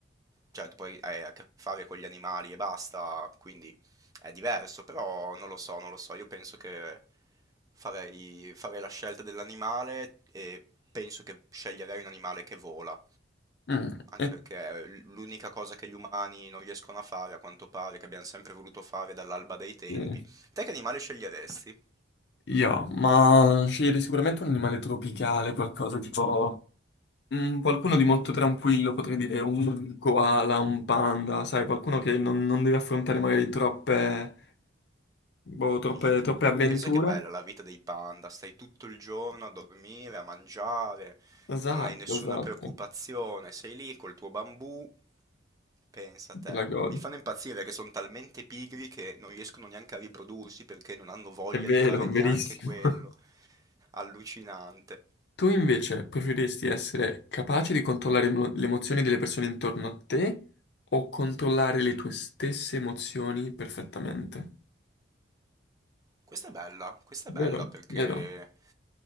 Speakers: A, on the right; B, on the left.
A: cioè tu poi hai a che fare con gli animali e basta, quindi è diverso, però non lo so, non lo so, io penso che farei, farei la scelta dell'animale e penso che sceglierei un animale che vola.
B: Mm,
A: Anche
B: e-
A: perché l l'unica cosa che gli umani non riescono a fare, a quanto pare, che abbiamo sempre voluto fare dall'alba dei tempi.
B: eh,
A: Te che animale sceglieresti?
B: Io, ma sceglierei sicuramente un animale tropicale, qualcosa tipo Mm, Qualcuno di molto tranquillo, potrei dire un koala, un panda, sai, qualcuno che non, non deve affrontare magari troppe, boh, troppe,
A: Minchia.
B: troppe avventure.
A: Pensa che bella la vita dei panda, stai tutto il giorno a dormire, a mangiare,
B: Esatto,
A: non hai nessuna
B: esatto,
A: preoccupazione,
B: te
A: sei lì col tuo bambù, pensa a te.
B: la godi.
A: Mi fanno impazzire che sono talmente pigri che non riescono neanche a riprodursi perché non hanno voglia
B: È vero,
A: di fare
B: verissimo.
A: neanche quello.
B: <laughs>
A: Allucinante.
B: Tu invece preferiresti essere capace di controllare emo- le emozioni delle persone intorno a te o controllare le tue stesse emozioni perfettamente?
A: Questa è bella, questa
B: Vero,
A: è bella perché,
B: vero.